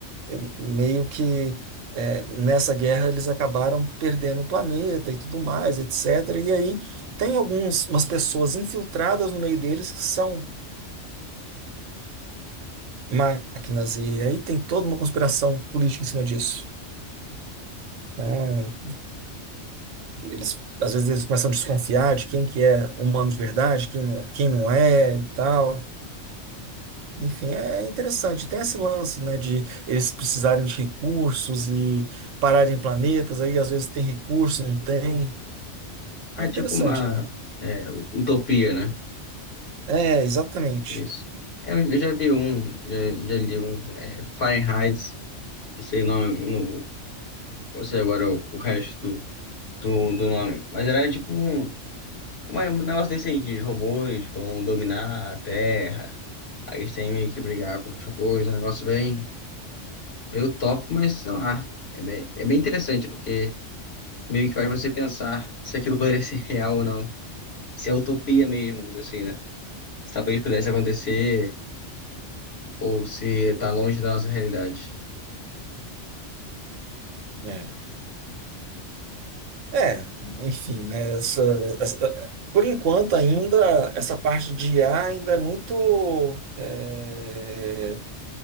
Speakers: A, on the right; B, on the left.
A: eh, meio que eh, nessa guerra eles acabaram perdendo o planeta e tudo mais, etc. E aí tem algumas umas pessoas infiltradas no meio deles que são máquinas, e aí tem toda uma conspiração política em cima disso. né? Eles, às vezes eles começam a desconfiar de quem que é humano de verdade, quem não, quem não é e tal. Enfim, é é interessante. Tem esse lance, né, de eles precisarem de recursos e pararem planetas, aí às vezes tem recurso, não tem.
B: Ah,
A: É
B: é
A: interessante.
B: tipo uma é, utopia, né?
A: É, exatamente.
B: Isso. É, eu, eu já vi um, já, já li um, é, Fahrenheit, não sei o nome, no, eu sei agora o, o resto do, do, do nome, mas era tipo um, um negócio desse aí, de robôs vão dominar a Terra, aí eles têm meio que brigar contra os robôs, um negócio bem. Eu topo, mas sei lá. É bem, é bem interessante, porque meio que faz você pensar se aquilo poderia ser real ou não. Se é utopia mesmo, assim, né? Se talvez pudesse acontecer, ou se tá longe da nossa realidade.
A: É. É, enfim, né, essa, essa- por enquanto ainda essa parte de I A ainda é muito, é,